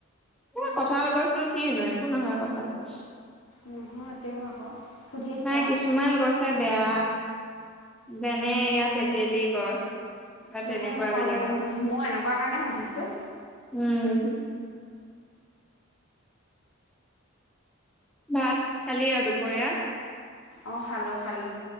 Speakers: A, in the centre; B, on the left (about 75°).
A: এ কঁঠাল গছনো কি নো একো নহয় কঁঠাল গছ।
B: নহয় তেওঁ আকৌ সুধিছোঁ
A: নাই
B: আও।
A: কিছুমান গছে বেয়া, যেনে
B: আৰু
A: এইয়া
B: মই
A: তেতেলী গছ। বা তেনেকুৱা
B: নহয় নহয়
A: বিলাক
B: মই
A: আৰু
B: মই এনেকুৱা কাৰণে সুধিছোঁ।
A: উম। ভাত খালি আৰু দুপৰীয়া?
B: অঁ অঁ খালোঁ খালোঁ।